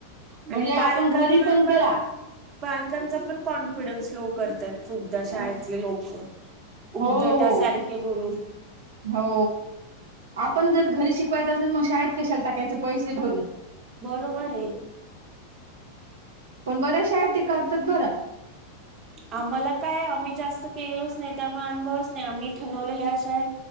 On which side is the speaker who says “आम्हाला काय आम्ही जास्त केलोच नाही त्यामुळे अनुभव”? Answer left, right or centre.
Right